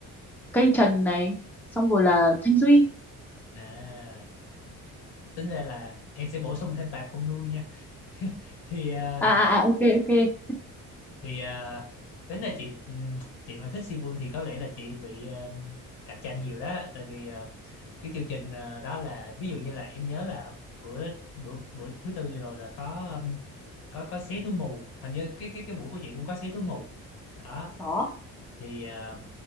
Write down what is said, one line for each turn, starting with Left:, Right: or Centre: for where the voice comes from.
Centre: cây trần này xong rồi là Thanh Duy
Left: à, tính ra là em sẽ bổ sung thêm bà con nuôi nha thì ờ,
Centre: à à à ok ok
Left: thì ờ, tính ra chị ừm, chị mà thích Sibun thì có lẽ là chị bị ờ, cạnh tranh nhiều đó tại vì ờ, cái chương trình ờ, đó là ví dụ như là em nhớ là bữa bữa bữa thứ tư vừa rồi là có um, có có xé túi mù hình như cái cái cái buổi của chị cũng có xé túi mù đó
Centre: đó
Left: thì ờ,